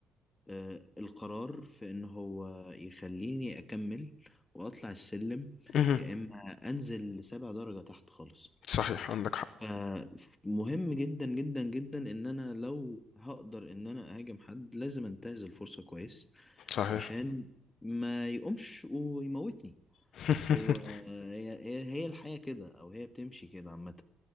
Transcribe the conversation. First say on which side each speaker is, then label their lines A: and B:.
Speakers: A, on the left; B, on the left.
A: آه، القرار في ان هو يخليني اكمل واطلع السلم
B: امم
A: يا اما انزل سبع درجة تحت خالص
B: صحيح عندك حق
A: فمهم جدا جدا جدا ان انا لو هقدر ان انا اهاجم حد لازم انتهز الفرصة كويس
B: صحيح
A: عشان ما يقومش ويموتني
B: <laughs>
A: هو هي هي هي الحياة كده أو هي بتمشي كده عامة